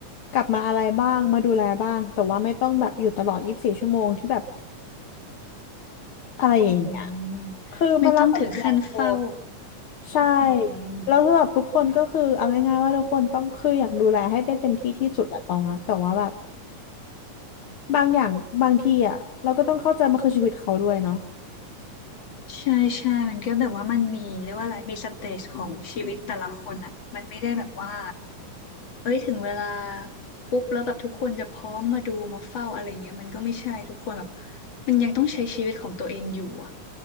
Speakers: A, on the left; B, on the left.
A: กลับมาอะไรบ้างมาดูแลบ้างแต่ว่าไม่ต้องแบบอยู่ตลอดยี่สิบสี่ชั่วโมงที่แบบอะไรอย่างเงี้ย
B: อืม
A: คือมันแล้วแต่มุมมองคน
B: ไม่ต้องถึงขั้นเฝ้า
A: ใช่
B: เอง
A: แล้วสำหรับทุกคนก็คือเอาง่ายๆว่าทุกคนต้องคืออยากดูแลให้ได้เต็มที่ที่สุดแหละตองอะแต่ว่าแบบบางอย่างบางทีอะเราก็ต้องเข้าใจมันคือชีวิตเขาด้วยเนาะ
B: ใช่ใช่ มันก็แบบว่ามันมีเรียกว่าอะไรมีสเตจของชีวิตแต่ละคนอ่ะ มันไม่ได้แบบว่า เอ้ยถึงเวลาปุ๊บแล้วแบบทุกคนจะพร้อมมาดูมาเฝ้าอะไรเงี้ยมันก็ไม่ใช่ทุกคนแบบมันยังต้องใช้ชีวิตของตัวเองอยู่อ่ะ